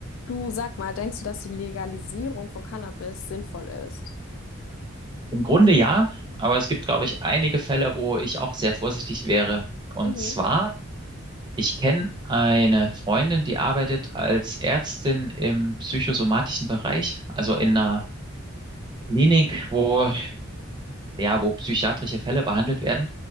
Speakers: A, on the left; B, on the right.
A: Du sag mal, denkst du, dass die Legalisierung von Cannabis sinnvoll ist?
B: Im Grunde ja, aber es gibt, glaube ich, einige Fälle, wo ich auch sehr vorsichtig wäre. Und
A: Mhm,
B: zwar, ich kenne eine Freundin, die arbeitet als Ärztin im psychosomatischen Bereich, also in
A: ja.
B: einer Klinik, wo ja, wo psychiatrische Fälle behandelt werden.